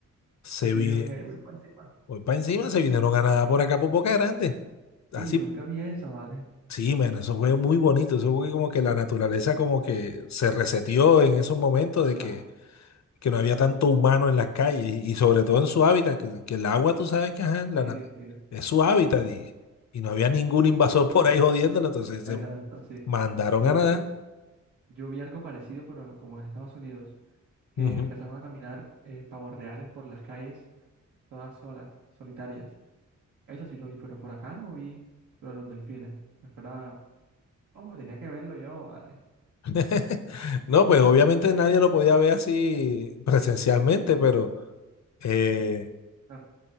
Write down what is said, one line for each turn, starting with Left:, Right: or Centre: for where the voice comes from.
Left: Se
Right: Así
Left: vi,
Right: dijeron ellos, voy para encima.
Left: hoy para encima se vinieron a nadar por acá por Boca Grande. Así
Right: Ey, yo nunca vi eso, ¿vale?
Left: Sí, man, eso fue muy bonito, eso fue como que la naturaleza como que se reseteó en esos momentos
Right: Ajá,
Left: de que, que no había tanto humano en las calles y sobre todo en su hábitat, que, que el agua tú sabes que ajá, la
Right: sí,
Left: nat-
Right: sí,
Left: es su hábitat y, y no había ningún invasor <laughs> por ahí jodiéndolo, entonces
Right: exacto,
Left: se
Right: sí.
Left: mandaron
Right: De
Left: a
Right: hecho,
Left: nadar.
Right: yo vi algo parecido, pero como en Estados Unidos, que
Left: Ujú.
Right: empezaron a caminar eh, pavos reales por las calles, todas solas, solitarias. Eso sí lo vi, pero por acá no vi lo de los delfines. Me fuera Hombre, tenía que verlo yo, vale.
Left: <laughs> No, pues obviamente nadie lo podía ver así presencialmente, pero, eh,
Right: Claro,